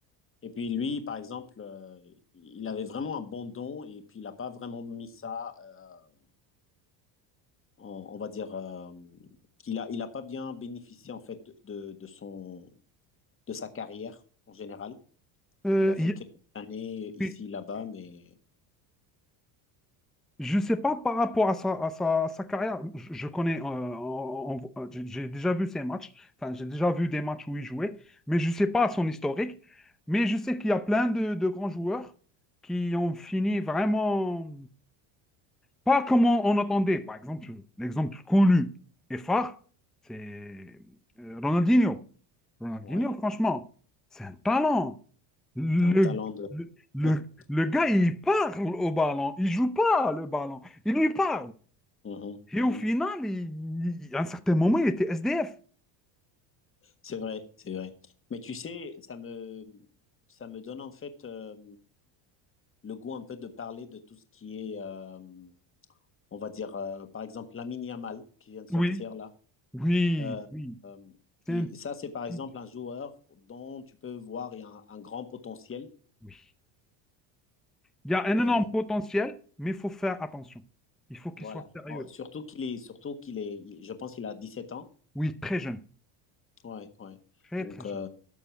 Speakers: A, on the left; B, in the centre.
A: Et puis lui, par exemple, euh, il avait vraiment un bon don et puis il n'a pas vraiment mis ça, euh, en- on, va dire, euh, il a, il a pas bien bénéficié en fait de, de son, de sa carrière en général.
B: Euh,
A: Il a fait
B: il
A: quelques années ici,
B: y a-
A: là-bas, mais
B: Je sais pas par rapport à sa, à sa, à sa carrière. Je, je connais, euh, en- en- en- j'ai j'ai déjà vu ses matchs. Enfin, j'ai déjà vu des matchs où il jouait, mais je sais pas son historique. Mais je sais qu'il y a plein de, de grands joueurs qui ont fini vraiment pas comme on, on attendait. Par exemple, l'exemple connu et phare, c'est euh, Ronaldinho. Ronaldinho,
A: ouais,
B: franchement, c'est un talent. Le,
A: c'est un talent de...
B: le, le-
A: <laughs>
B: le gars, il parle au ballon. Il joue pas le ballon. Il lui parle.
A: Mhm, mhm.
B: Et au final, il- il- à un certain moment, il était SDF.
A: C'est vrai, c'est vrai. Mais tu sais, ça me, ça me donne en fait euh, le goût un peu de parler de tout ce qui est... euh, on va dire, euh, par exemple, Lamine Yamal qui vient de sortir
B: Oui,
A: là.
B: oui,
A: Euh,
B: oui.
A: euh,
B: C'est
A: il-
B: un
A: ça, c'est par
B: petit-
A: exemple un joueur dont tu peux voir il y a un, un grand potentiel,
B: oui. Il y a
A: mais
B: un énorme potentiel, mais il faut faire attention. Il faut qu'il
A: voilà.
B: soit sérieux.
A: En- Surtout qu'il est, surtout qu'il est, il- je pense qu'il a 17 ans.
B: Oui, très jeune.
A: Ouais, ouais.
B: Très,
A: Donc,
B: très jeune.
A: euh,